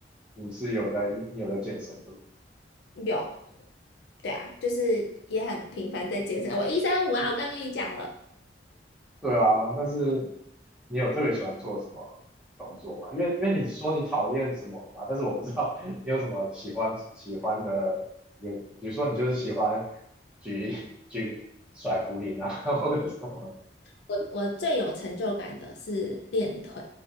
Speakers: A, in the centre; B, on the left.
A: 你是有在你你有在健身的，
B: 有，对啊，就是也很频繁在健身。我一三五啊，我刚跟你讲了。
A: 对啊，但是你有特别喜欢做什么动作吗？因为因为你说你讨厌什么吧，但是我不知道 <laughs> 你有什么喜欢喜欢的，有比如说你就是喜欢举举甩壶铃啊，<laughs> 或者什么，
B: 我我最有成就感的是练腿，